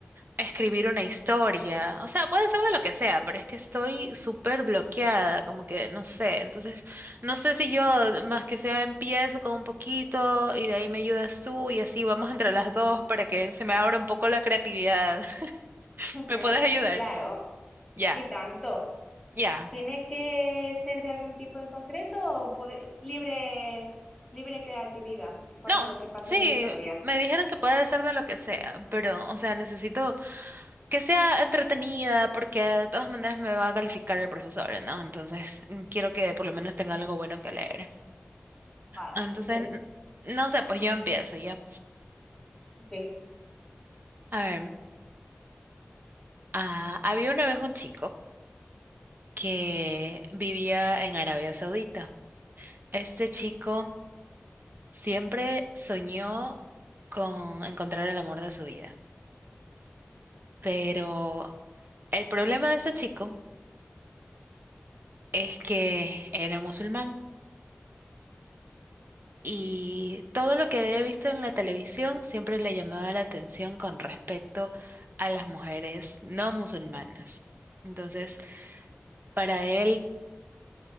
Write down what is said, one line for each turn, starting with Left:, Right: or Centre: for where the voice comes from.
Right: escribir una historia. O sea, puede ser de lo que sea, pero es que estoy súper bloqueada, como que no sé. Entonces, no sé si yo más que sea empiezo con un poquito y de ahí me ayudas tú y así vamos entre las dos para que se me abra un poco la creatividad. <laughs>
Centre: <laughs>
Right: ¿Me puedes ayudar?
Centre: Claro,
Right: Ya.
Centre: y tanto.
Right: Ya.
Centre: ¿Tiene que ser de algún tipo en concreto o pode- libre, libre creatividad en cuanto
Right: No,
Centre: a lo que pasa
Right: sí,
Centre: en la historia?
Right: me dijeron que puede ser de lo que sea, pero, o sea, necesito que sea entretenida porque de todas maneras me va a calificar el profesor, ¿no? Entonces, mm, quiero que por lo menos tenga algo bueno que leer.
Centre: Vale,
Right: Entonces,
Centre: perfecto.
Right: n- no sé, pues yo empiezo ya.
Centre: Ok.
Right: A ver, ah, había una vez un chico que vivía en Arabia Saudita. Este chico siempre soñó con encontrar el amor de su vida, pero el problema de ese chico es que era musulmán y todo lo que había visto en la televisión siempre le llamaba la atención con respecto a las mujeres no musulmanas. Entonces, para él,